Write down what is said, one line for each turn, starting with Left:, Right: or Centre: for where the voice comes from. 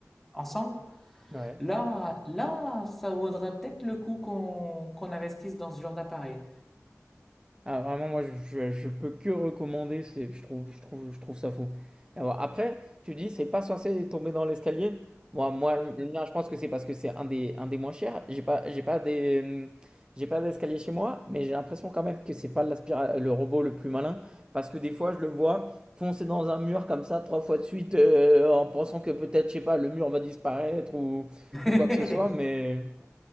Centre: ensemble,
Right: Ouais.
Centre: là, là, ça vaudra peut-être le coup qu'on qu'on investisse dans ce genre d'appareil.
Right: Ah vraiment moi je je je peux que recommander, c'est je trouve je trouve je trouve ça fou. Alors après, tu dis c'est pas censé tomber dans l'escalier. Moi moi le mien, je pense que c'est parce que c'est un des un des moins chers. J'ai pas j'ai pas des hum, j'ai pas d'escalier chez moi, mais j'ai l'impression quand même que c'est pas l'aspira- le robot le plus malin parce que des fois je le vois foncer dans un mur comme ça trois fois de suite euh, en pensant que peut-être je sais pas le mur va disparaître ou
Centre: <laughs>
Right: ou quoi que ce soit mais